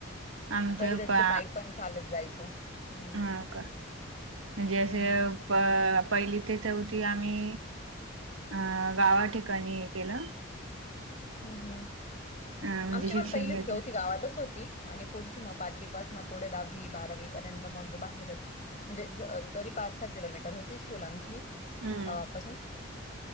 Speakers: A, on the right; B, on the left.
A: आमच्या
B: कधी कधी
A: बा
B: तर पायी पण चालत जायचो. हम्म
A: ह का? म्हणजे
B: हम्म
A: हे. अ पहिली ते चौथी आम्ही अ गावा ठिकाणी हे केलं.
B: हम् हम्
A: अ म्हणजे
B: आमची
A: शिक्षण
B: पण पहिली
A: घेतलं
B: होती गावातच होती. आणि पुढची मग पाचवीपास ना पुढे दहावी बारावी पर्यंत मग बाहेरच. म्हणजे तरी पाच, सहा किलोमीटर होती स्कुला आमची
A: हम्म
B: गावापासून.